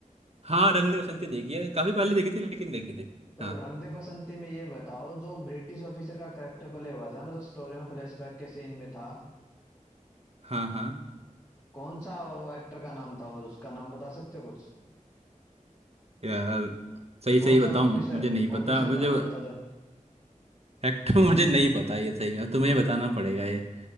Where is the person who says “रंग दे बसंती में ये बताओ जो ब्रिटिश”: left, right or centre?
Left